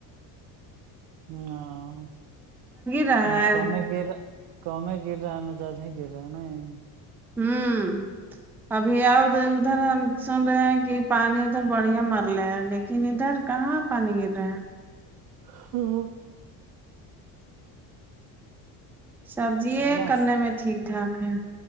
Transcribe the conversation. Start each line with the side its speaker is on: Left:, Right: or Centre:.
Right: <unintelligible>
Centre: رہا ہے
Right: <unintelligible>
Centre: ہوں ابھی اور ادھر ہم سن رہے ہیں کہ پانی ادھر بڑھیا مر <unintelligible> ادھر کہاں پانی گر رہا
Right: <unintelligible>
Centre: <unintelligible>
Right: اللہ
Centre: کرنے میں ٹھیک ٹھاک ہے